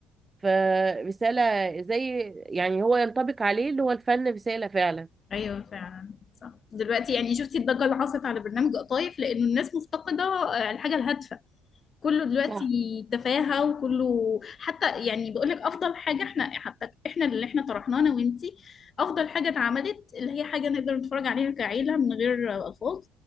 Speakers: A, on the right; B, on the left.
A: فرسالة زي يعني هو ينطبق عليه اللي هو الفن رسالة فعلا
B: ايوه فعلا صح دلوقتي يعني شفتي الضجه اللي حصلت على برنامج قطايف لانه الناس مفتقده آه، الحاجه الهادفه كله دلوقتي
A: صح
B: تفاهه وكله حتى يعني بقول لك افضل حاجه احنا حتى احنا اللي احنا طرحناه انا وانتي افضل حاجه اتعملت اللي هي حاجه نقدر نتفرج عليها كعيله من غير آه، الفاظ